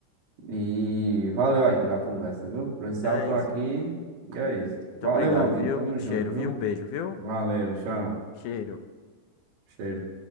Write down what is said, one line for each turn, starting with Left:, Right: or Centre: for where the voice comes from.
Right: E valeu aí pela conversa, viu? Precisar,
Left: Então
Right: eu
Left: é
Right: tô aqui.
Left: isso.
Right: E é isso.
Left: Muito
Right: Valeu,
Left: obrigado,
Right: meu amigo.
Left: viu?
Right: Tamo
Left: Um cheiro,
Right: junto, viu?
Left: viu? Um beijo, viu?
Right: Valeu, tchau.
Left: Cheiro.
Right: Cheiro.